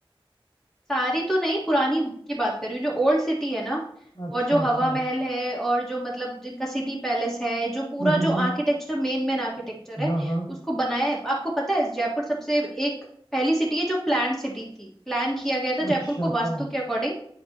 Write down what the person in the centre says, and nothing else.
सारी तो नहीं पुरानी की बात कर रही हूँ जो ओल्ड सिटी है ना
और जो हवा
महल है और जो मतलब जिनका सिटी पैलेस है जो पूरा
जो
आर्किटेक्चर मेन मेन आर्किटेक्चर है
उसको बनाया आपको पता है जयपुर सबसे एक पहली सिटी है जो प्लान सिटी थी प्लान किया गया था
जयपुर को
वास्तु के अकॉर्डिंग